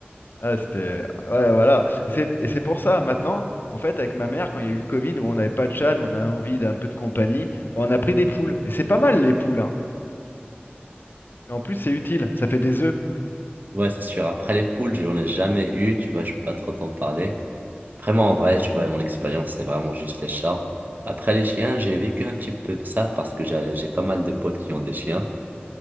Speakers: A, on the left; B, on the right.
A: Ah, c'était... Ouais, voilà. Et c'est et c'est pour ça, maintenant, en fait, avec ma mère, quand il y a eu le Covid, où on n'avait pas de chat, mais on avait envie d'un peu de compagnie, bah, on a pris des poules. Et c'est pas mal, les poules, hein. Et en plus, c'est utile, ça fait des œufs.
B: Ouais, c'est sûr. Après les poules, j'en ai jamais eu, tu vois, je peux pas trop t'en parler. Vraiment, en vrai, tu vois, mon expérience, c'est vraiment juste les chats. Après les chiens, j'ai vécu un petit peu ça parce que j'ai j'ai pas mal de potes qui ont des chiens.